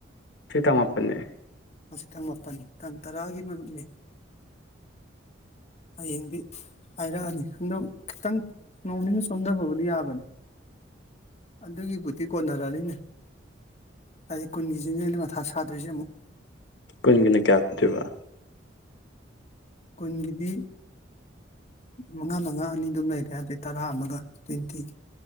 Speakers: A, on the left; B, on the left.
A: ꯁꯤ ꯇꯥꯡꯃꯄꯟꯅ‌ꯦ꯫
B: ꯉꯁꯤ ꯇꯥꯡ ꯃꯥꯄꯜꯅꯤ ꯇꯥꯡ ꯇꯔꯥꯒꯤ ꯃꯔꯨꯞꯅꯤ꯫ ꯍꯌꯦꯡꯗꯤ ꯍꯥꯏꯔꯛꯑꯅꯤ ꯑꯗꯣ ꯈꯤꯇꯪ ꯅꯣꯡꯅꯤꯅꯤ ꯆꯣꯟꯗꯕꯕꯨꯗꯤ ꯌꯥꯕꯅꯤ꯫ ꯑꯗꯨꯒꯤꯕꯨꯗꯤ ꯀꯣꯟꯅꯔꯅꯤꯅꯦ ꯇꯥꯔꯤꯛ ꯀꯨꯟꯒꯤꯁꯤꯅꯦ ꯑꯩꯅ ꯃꯊꯥ ꯁꯥꯗꯣꯏꯁꯦ ꯑꯃꫭꯛ꯫
A: ꯀꯨꯟꯒꯤꯅ ꯀꯌꯥ ꯄꯤꯗꯣꯏꯕ꯫
B: ꯀꯨꯟꯒꯤꯗꯤ꯫ ꯃꯉꯥ ꯃꯉꯥ ꯑꯅꯤꯗꯨꯝ ꯂꯩꯔꯦ ꯑꯗꯩ ꯇꯔꯥ ꯑꯃꯒ ꯇꫭꯟꯏꯇꯤ꯫